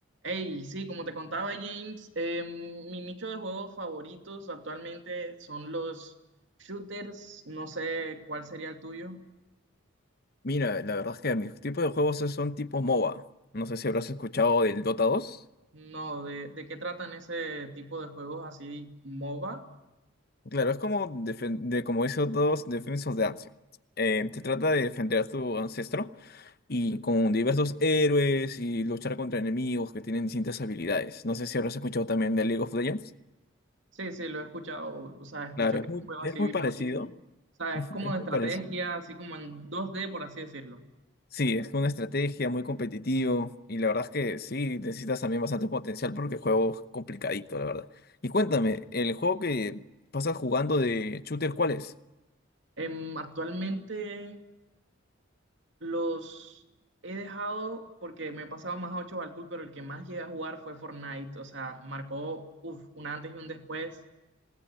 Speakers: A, on the right (about 60°); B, on the left (about 45°).
A: Hey, sí, como te contaba James, eh, mi nicho de juegos favoritos actualmente son los shooters. No sé cuál sería el tuyo.
B: Mira, la verdad es que mis tipos de juegos es- son tipo MOBA. No sé si habrás escuchado del Dota 2.
A: No, ¿de, de qué tratan ese tipo de juegos así, MOBA?
B: Claro, es como, defen- de, como dice Dota 2, Defense of the Ancient. Eh, se trata de defender a tu ancestro y con diversos héroes y luchar contra enemigos que tienen distintas habilidades. No sé si habrás escuchado también de League of Legends.
A: Sí, sí, lo he escuchado. O sea, escucho
B: Claro,
A: que
B: es
A: es
B: muy,
A: un juego
B: es
A: así
B: muy
A: bien
B: parecido.
A: friki. O sea,
B: Es
A: es como de
B: muy
A: estrategia,
B: parecido.
A: así como en dos d por así decirlo.
B: Sí, es que una estrategia muy competitivo y la verdad es que sí, necesitas también bastante potencial porque el juego es complicadito, la verdad. Y cuéntame, el juego que pasas jugando de shooter, ¿cuál es?
A: Em, actualmente Los he dejado porque me he pasado más 8 al pool, pero el que más llegué a jugar fue Fortnite. O sea, marcó uf, un antes y un después.